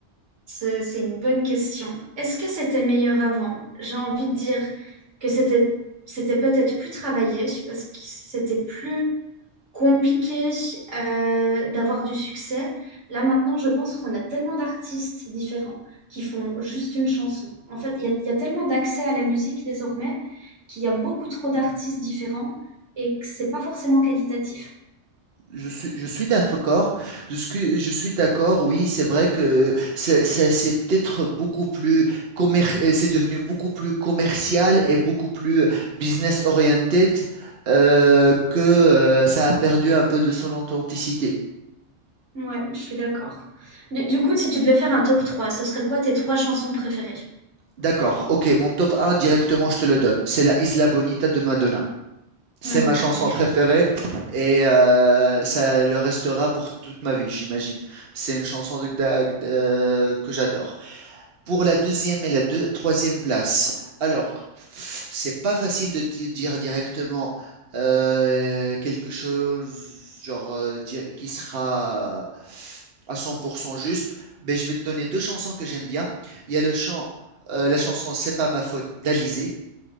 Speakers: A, on the right (about 85°); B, on the right (about 55°).
A: C'est c'est une bonne question. Est-ce que c'était meilleur avant? J'ai envie de dire que c'était c'était peut-être plus travaillé parce que c'était plus compliqué euh, d'avoir du succès. Là maintenant, je pense qu'on a tellement d'artistes différents qui font juste une chanson. En fait, il y, a il y a tellement d'accès à la musique désormais qu'il y a beaucoup trop d'artistes différents et que c'est pas forcément qualitatif.
B: Je suis, je suis d'accord. Je suis, je suis d'accord. Oui, c'est vrai que c'est c'est- c'est peut-être beaucoup plus commer- euh, c'est devenu beaucoup plus commercial et beaucoup plus business oriented euh, que euh, ça a perdu un peu de son authenticité.
A: Ouais, je suis d'accord. Du, du coup, si tu devais faire un top trois ce serait quoi tes trois chansons préférées?
B: D'accord. Ok, mon top un directement, je te le donne. C'est la Isla Bonita de Madonna. C'est
A: Hmm,
B: ma chanson
A: génial.
B: préférée et euh, ça le restera pour toute ma vie, j'imagine. C'est une chanson de, de- de- que j'adore. pour la deuxième et la deux- troisième place. Alors, c'est pas facile de dire directement euh, quelque chose genre euh, di- qui sera à 100% juste, mais je vais te donner deux chansons que j'aime bien. Il y a le chant, euh, la chanson C'est pas ma faute d'Alizé.